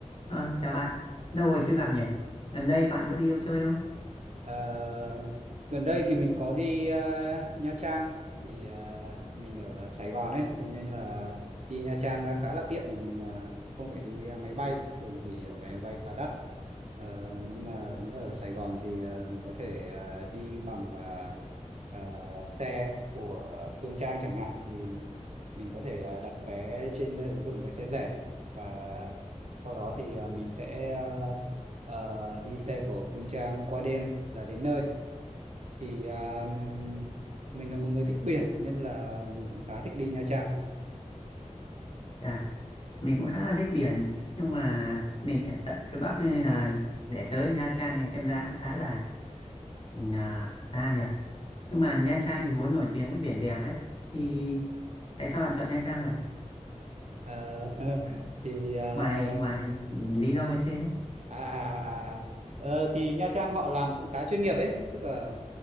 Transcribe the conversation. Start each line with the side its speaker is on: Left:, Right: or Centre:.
Left: Ờ, chào bạn, lâu rồi chưa gặp nhỉ? Gần đây bạn có đi đâu chơi không?
Right: Ờ, gần đây thì mình có đi ờ, Nha Trang thì ờ, mình ở Sài Gòn ấy thế nên là đi Nha Trang ờ, khá là tiện thì mình ờ, sẽ không phải đi ờ, máy bay thường thì ờ, vé máy bay khá đắt Ờ, nhưng mà nếu mà ở Sài Gòn thì ờ, mình có thể ờ, đi bằng ờ, ờ, xe của Phương Trang chẳng hạn thì mình có thể ờ, đặt vé trên ứng dụng vé xe rẻ và sau đó thì ờ, mình sẽ ờ, ờ, đi xe của Phương Trang qua đêm là đến nơi thì um, mình là một người thích biển nên là mình cũng khá thích đi Nha Trang
Left: à mình cũng khá là thích biển, nhưng mà mình ở tận phía Bắc nên là để tới Nha Trang thì xem ra cũng khá là ừ, à, xa nhỉ. Nhưng mà Nha Trang thì vốn nổi tiếng với biển đẹp ấy, thì tại sao bạn chọn Nha Trang vậy?
Right: Ờ, <laughs> thì uh,
Left: Ngoài ngoài ừ, lý do ở trên đấy
Right: à à à, à. à. Ờ, thì Nha Trang họ làm cũng khá chuyên nghiệp ấy tức là